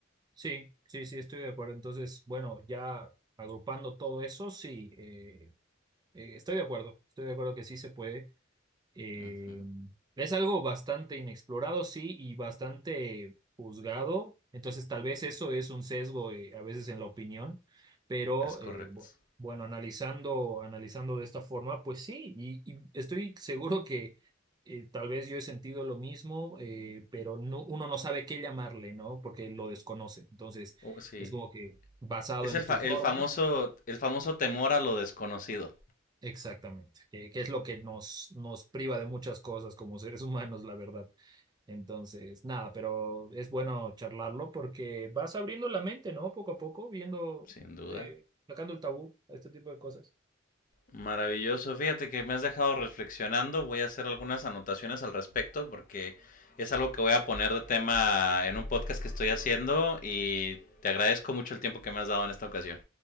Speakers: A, on the right; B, on the left.
A: sí, sí, sí, estoy de acuerdo. Entonces, bueno, ya agrupando todo eso, sí, eh, eh, estoy de acuerdo, estoy de acuerdo que sí se puede. Eh,
B: Ujú,
A: es algo bastante inexplorado, sí, y bastante juzgado. Entonces, tal vez eso es un sesgo eh, a veces en la opinión, pero
B: Es
A: eh,
B: correcto.
A: bu- bueno, analizando, analizando de esta forma, pues sí, y, y estoy seguro que eh, tal vez yo he sentido lo mismo, eh, pero no, uno no sabe qué llamarle, ¿no? Porque lo desconoce. Entonces,
B: Oh, sí.
A: es como que basado
B: Es
A: en
B: el, fa-
A: tus
B: el
A: normas.
B: famoso, el famoso temor a lo desconocido,
A: Exactamente, que, que es lo que nos, nos priva de muchas cosas como seres humanos, la verdad. Entonces, nada, pero es bueno charlarlo porque vas abriendo la mente, ¿no? Poco a poco, viendo,
B: sin duda.
A: eh, sacando el tabú a este tipo de cosas.
B: Maravilloso, fíjate que me has dejado reflexionando, voy a hacer algunas anotaciones al respecto porque es algo que voy a poner de tema en un podcast que estoy haciendo y te agradezco mucho el tiempo que me has dado en esta ocasión.